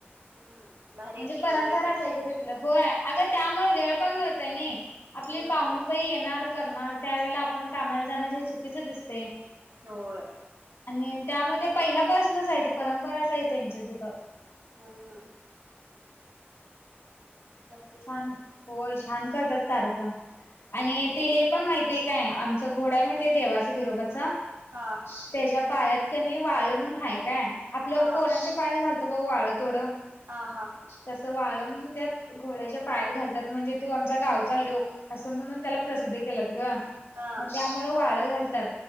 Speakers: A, on the right; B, on the left.
A: हम्म. भारी
B: म्हणजे
A: आहे की
B: परंपराच
A: एन्जॉयमेंट
B: आहे ग तिथलं होय आगं त्यामुळं वेळ पण मिळतंय नी. आपली
A: हम्म
B: पाहुन पै येणार करणार त्यावेेळेला आपण कामाला जाणार हे चुकीच दिसतें.
A: होय.
B: आणि त्यामध्ये पहिलापासनच आहे ते परंपराच आहे त्यांच तिथं
A: हम्म हम्म. भारी
B: छान होय छान करतात कार्यक्रम आणि
A: हम्म
B: ते हे पण माहिती आहे? काय आमचा घोडा आहे माहित देवाचा बिरोबाचा
A: हा
B: त्याच्या पायात त्यानी वाळ म्हणून हाय काय आपलं
A: हा
B: पोरांच्या पायात घालतं बघ वाळ तोडं
A: हा हा
B: तसं वाळ म्हणून त्या घोड्याच्या पायात घालतात म्हणजे तो आमचा गावचा ल्योक असं म्हणून त्याला प्रसिद्ध केलात ग.
A: हा
B: मग त्यामुळ वाळ घालतात.